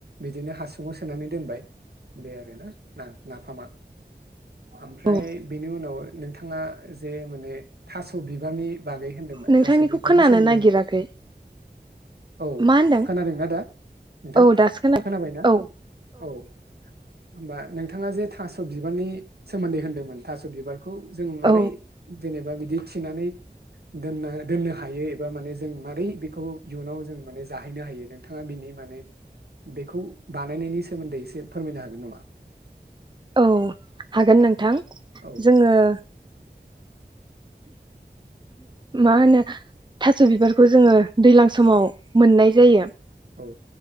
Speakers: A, on the right; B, on the right.
A: बिदिनो हासुङाव सोनानै दोनबाय बे आरो नाफामा ओमफ्राय
B: औ
A: बेनि उनाव नोंथाङा जे माने थास' बिबारनि बागै होनदोंमोन
B: नोंथांनिखौ
A: थास' बिबारनि
B: खोनानो
A: सोमोन्दै
B: नागिराखै
A: होनदोंमोन। औ
B: मा होनदों
A: खोनादोंना दा नोंथां
B: औ दासो खोना
A: खोनाबाय ना
B: औ
A: औ। होमबा नोंथाङा जे थास' बिबारनि सोमोन्दै होनदोंमोन थास' बिबार। खौ जों मारै
B: औ
A: जेनेबा बिदि बिदि थिनानै दोनो दोननो हायो एबा माने जों मारै बेखौ इयुनाव जों माने जाहैनो हायो नोंथाङा बिनि माने बेखौ बानायनायनि सोमोन्दै एसे फोरमायनो हागोन नामा?
B: औ हागोन नोंथां
A: औ
B: जोङो मा होनो थास' बिबारखौ जोङो दैज्लां समाव मोननाय जायो।
A: औ